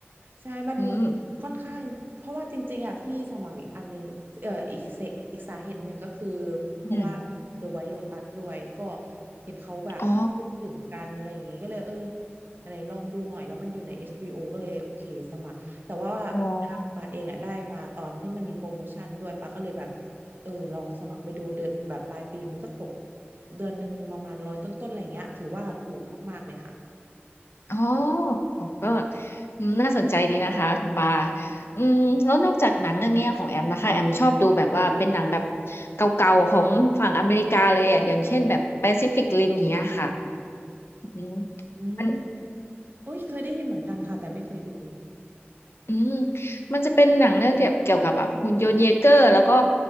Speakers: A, on the right (about 50°); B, on the left (about 70°).
A: ใช่มัน
B: อืม
A: ค่อนข้างเพราะว่าจริงๆอ่ะที่สมัครอีกอันหนึงเอ่ออีกเสอีกสาเหตุหนึ่งก็คือเพราะว่า
B: อืม
A: The White Lotus ด้วยก็เห็นเขาแบบพูดถึงกันอะไรอย่างงี้ก็เลยเออ
B: อ๋อ
A: อะไรลองดูหน่อยแล้วมันอยู่ใน HBO ก็เลยโอเคสมัครแต่ว่า
B: อ๋อ
A: ทางปาเองอ่ะได้มาตอนที่มันมีโปรโมชั่นด้วยปาก็เลยแบบเออลองสมัครไปดูเดือนแบบปลายปีมันก็ตกเดือนหนึ่งประมาณร้อยต้นๆอะไรอย่างเงี้ยถือว่าถูกมากๆเลยค่ะ
B: อ๋อก็อืมน่าสนใจดีนะคะคุณปาอืมแล้วนอกจากหนังเรื่องเนี้ยของแอมนะคะ แอมชอบดูแบบว่าเป็นหนังแบบเก่าๆของฝั่งอเมริกาเลยอะ อย่างเช่นแบบ Pacific Rim อย่างเงี้ยค่ะอืม
A: อืม
B: มัน
A: โอ้ยเคยได้ยินเหมือนกันค่ะแต่ไม่เคยดู
B: อืมมันจะเป็นหนังเรื่องเกี่ยวเกี่ยวกับแบบหุ่นยนต์เยเกอร์แล้วก็